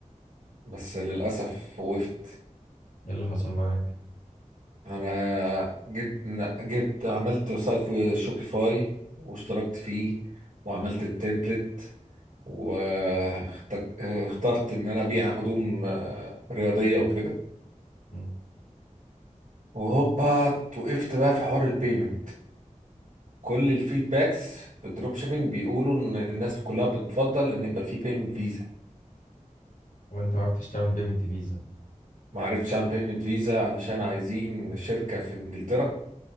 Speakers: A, on the right; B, on the left.
A: بس للاسف وقفت
B: ايه اللي حصل معاك
A: انا جبت جبت عملت سايت في شوبيفاي واشتركت فيه وعملت التمبلت واخترت ان انا ابيع هدوم آه، رياضيه وكده
B: مم.
A: وهوبا وقفت بقى في حوار البيمنت كل الفيدباكس في الدروب شيبينج بيقولوا ان الناس كلها بتفضل ان يبقى في بيمنت فيزا
B: وانت ما عرفتش تعمل بيمنت فيزا
A: ما عرفتش اعمل بيمنت فيزا علشان عايزين شركة في انجلترا